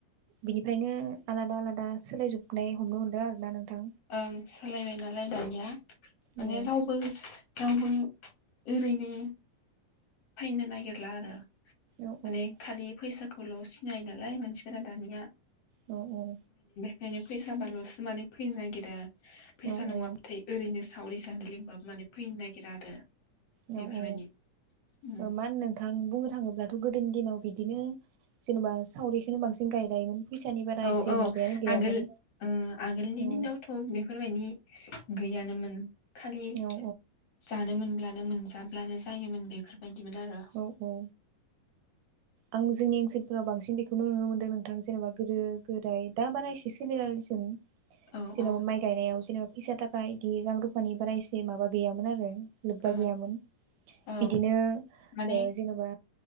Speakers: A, on the right (about 80°); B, on the left (about 55°).
A: बिनिफ्रायनो आलादा आलादा सोलायजोब नै हमनो मोनदों आरोना। नोंथां
B: ओं सोलायबाय नालाय। दानिया। माने
A: औ
B: रावबो रावबो ओरैनो फैनो नागिरला आरो
A: औ
B: माने
A: औ
B: खालि फैसाखौ ल' सिनायो नालाय मानसिफोरा दानिया
A: औ औ
B: बेनि फैसाबालसो माने फैनो नागिरो फैसा
A: औ
B: नङाबाथाय ओरैनो सावरि जानो लिंबाबो माने फैनो नागिरा आरो
A: औ
B: बेफोरबायदि
A: औ औ
B: उम
A: ओ मा होनो नोंथां बुंनो थाङोब्ला थ' गोदोनि दिनाव बिदिनो जेनबा सावरिखौनो बांसिन गायलायोमोन फैसानि बारा
B: औ
A: एसे
B: औ
A: माबायानो गैयामोन
B: आगोल ओ आगोलनि
A: औ
B: दिनावथ बेफोरबायदि गैयानोमोन। खालि
A: औ
B: जानो मोनब्ला मोनजाब्लानो जायोमोन बेफोर बायदिमोन आरो
A: औ औ आं जोंनि ओन्सोलफोराव बांसिन बेखौनो नुनो मोनदों नोंथां जेनेबा गोदो गोदाय दा बारा एसे सोलिला दिसं
B: औ
A: जेनेबा
B: औ
A: माइ गायनायाव जेनेबा फैसा थाखा इदि रां रुफानि बारा एसे माबा गैयामोन आरो लोब्बा
B: औ
A: गैयामोन
B: औ
A: बिदिनो ओ
B: माने
A: जेनबा